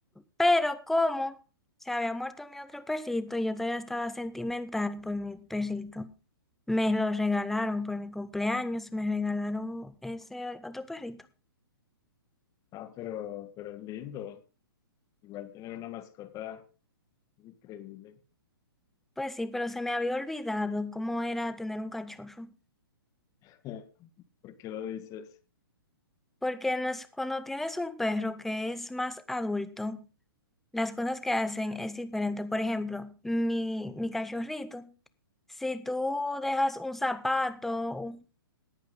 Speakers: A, in the centre; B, on the left.
A: pero como se había muerto mi otro perrito y yo todavía estaba sentimental por mi perrito, me lo regalaron por mi cumpleaños, me regalaron ese otro perrito.
B: Ah, pero, pero es lindo. Igual tener una mascota es increíble.
A: Pues sí, pero se me había olvidado cómo era tener un cachorro.
B: <laughs> ¿Por qué lo dices?
A: Porque no es- cuando tienes un perro que es más adulto, las cosas que hacen es diferente. Por ejemplo, mi, mi cachorrito, si tú dejas un zapato, un-